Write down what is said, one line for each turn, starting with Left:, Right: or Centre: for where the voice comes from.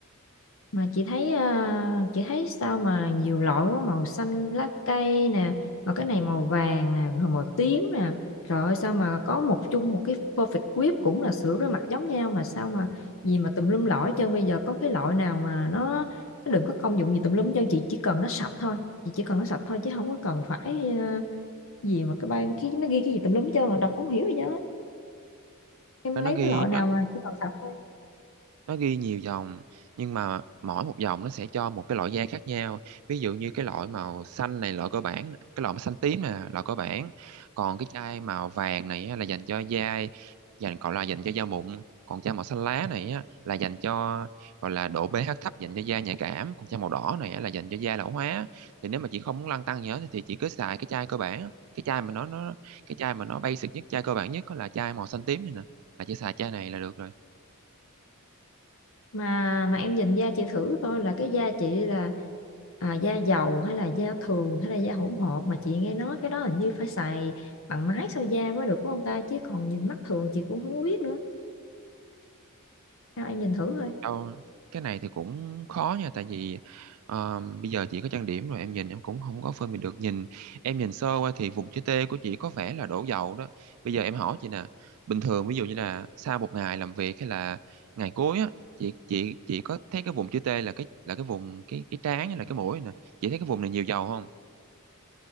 Left: mà chị thấy à, chị thấy sao mà nhiều loại quá màu xanh lá cây nè rồi cái này màu vàng nè rồi màu tím nè trời ơi sao mà có một chung một cái perfect whip cũng là sữa rửa mặt giống nhau mà sao mà gì mà tùm lum lõi hết trơn bây giờ có cái loại nào mà nó nó đừng có công dụng gì tùm lum hết trơn chị chỉ cần nó sạch thôi chị chỉ cần nó sạch thôi chứ không có cần phải à, gì mà cái bay nó ghi nó ghi cái gì tùm lum hết trơn là đọc không hiểu gì hết em
Right: nó
Left: lấy
Right: nó ghi
Left: cái loại
Right: nó
Left: nào mà chỉ cần sạch thôi
Right: nó ghi nhiều dòng nhưng mà mỗi một dòng nó sẽ cho một cái loại da khác nhau ví dụ như cái loại màu xanh này loại cơ bản cái loại màu xanh tím này là loại cơ bản còn cái chai màu vàng này á, là dành cho da dành gọi là dành cho da mụn còn chai màu xanh lá này á, là dành cho gọi là độ pH thấp dành cho da nhạy cảm còn chai màu đỏ này á, là dành cho da lão hóa thì nếu mà chị không muốn lăn tăn gì hết thì chị cứ xài cái chai cơ bản cái chai mà nó nó cái chai mà nó basic nhất chai cơ bản nhất đó là chai màu xanh tím này nè là chị xài chai này là được rồi
Left: mà mà em nhìn da chị thử coi là cái da chị là à, da dầu hay là da thường hay là da hỗn hợp mà chị nghe nói cái đó hình như phải xài bằng máy soi da mới được đúng không ta chứ còn nhìn mắt thường chị cũng không biết nữa sao em nhìn thử thôi
Right: Đâu, cái này thì cũng khó nha tại vì ờ, bây giờ chị có trang điểm rồi em nhìn em cũng không có phân biệt được nhìn em nhìn sơ qua thì vùng chữ T của chị có vẻ là đổ dầu đó bây giờ em hỏi chị nè bình thường ví dụ như là sau một ngày làm việc hay là ngày cuối á chị chị chị có thấy cái vùng chữ T là cái là cái vùng cái cái trán hay là cái mũi nè chị thấy cái vùng này nhiều dầu không